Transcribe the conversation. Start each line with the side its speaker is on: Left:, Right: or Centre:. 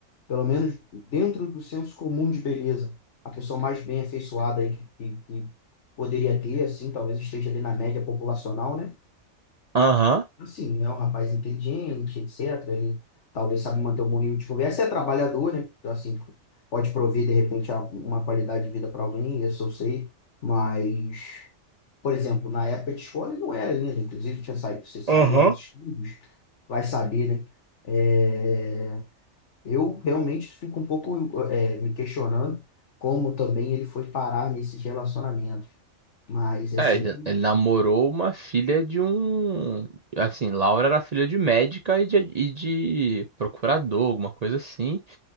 Left: pelo menos dentro do senso comum de beleza, a pessoa mais bem afeiçoada aí que, que, que poderia ter, assim, talvez esteja ali na média populacional, né?
Right: Aham.
Left: Assim, é um rapaz inteligente, etc. Ele talvez sabe manter um bom nível de conversa, é trabalhador, né? Então, Assim, pode prover, de repente, a- uma qualidade de vida para alguém, isso eu sei, mas... Por exemplo, na época de escola ele não era ainda, inclusive tinha saído, você saído
Right: Aham.
Left: dos estudos, vai saber, né? É, eu realmente fico um pouco eh, me questionando como também ele foi parar nesses relacionamentos. Mas é
Right: É,
Left: sempre
Right: ele ele namorou uma filha de um. Assim, Laura era filha de médica e de, e de procurador, alguma coisa assim.